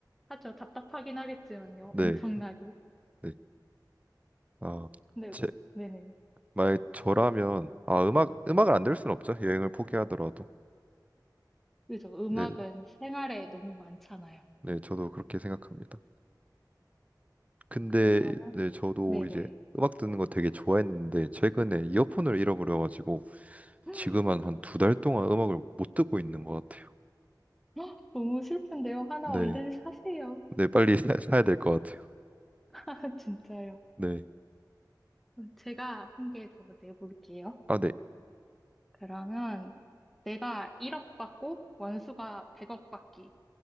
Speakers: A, in the centre; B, on the right.
A: 하죠. 답답하긴 하겠지만요.
B: 네.
A: 엄청나게.
B: 네. 아,
A: 근데
B: 제,
A: 네네
B: 만약 저라면 아 음악 음악을 안 들을 수는 없죠 여행을 포기하더라도
A: 그죠. 음악은
B: 네,
A: 생활에 너무 많잖아요.
B: 네 저도 그렇게 생각합니다. 근데
A: 그러면
B: 네 저도
A: 네네.
B: 이제 음악 듣는 거 되게 좋아했는데 최근에 이어폰을 잃어버려가지고
A: <gasps>
B: 지금은
A: <laughs>
B: 한 두 달 동안 음악을 못 듣고 있는 것 같아요.
A: 헉, 너무 슬픈데요. 하나
B: 네,
A: 얼른 사세요.
B: 네 빨리 <laughs> 사, 사야 될 것 같아요.
A: <laughs> 진짜요.
B: 네,
A: 그럼 제가 한 개 더 내볼게요.
B: 아 네,
A: 그러면 내가 1억 받고 원수가 100억 받기